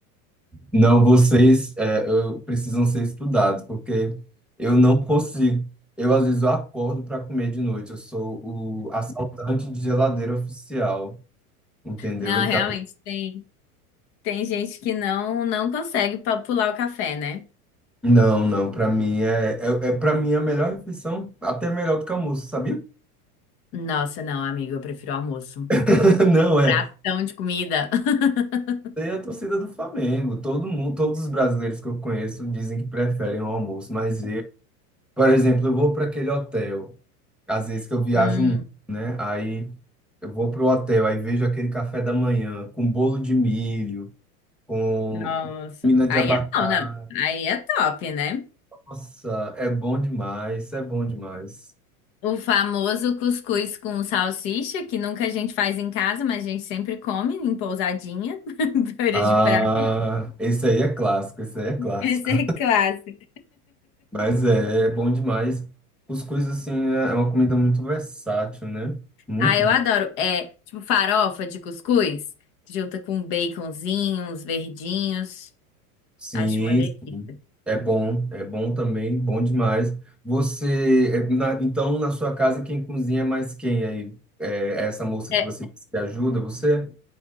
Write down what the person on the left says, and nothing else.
Não,
realmente, tem, tem gente que não não consegue pa- pular o café, né?
Nossa, não, amiga, eu prefiro almoço.
Pratão de comida. <laughs>
Hum,
nossa.
Aí
é bom, não. Aí é top, né?
O famoso cuscuz com salsicha, que nunca a gente faz em casa, mas a gente sempre come em pousadinha, <laughs> beira
de praia.
Esse é clássico.
Ah, eu adoro. É, tipo farofa de cuscuz, junta com um baconzinho, uns verdinhos.
Acho uma delícia.
É,